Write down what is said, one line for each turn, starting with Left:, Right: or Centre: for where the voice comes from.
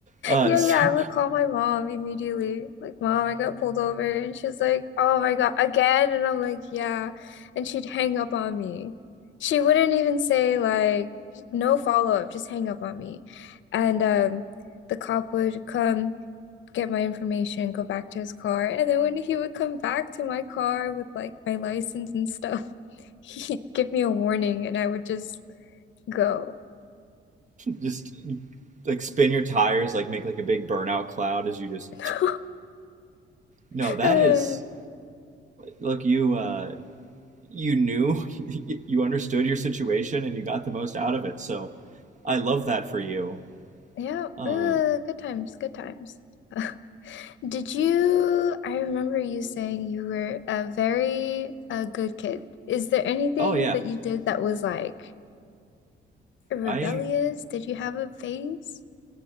Right: Uh,
Left: Yeah,
Right: <laughs> so
Left: yeah, I would call my mom immediately. Like, mom, I got pulled over. And she's like, oh my God, again? And I'm like, yeah. And she'd hang up on me. She wouldn't even say, like, no follow-up, just hang up on me. And um, the cop would come get my information, go back to his car. And then when he would come back to my car with like my license and stuff, <laughs> he'd give me a warning and I would just go.
Right: Just like spin your tires, like make like a big burnout cloud as you just.
Left: <laughs>
Right: No, that
Left: Uh,
Right: is look you uh, you knew <laughs> you understood your situation and you got the most out of it. So I love that for you.
Left: Yeah,
Right: Uh,
Left: ooh, good times, good times. <laughs> Did you, I remember you saying you were a very a good kid. Is there anything
Right: oh yeah,
Left: that you did that was like rebellious?
Right: I
Left: Did you have a phase?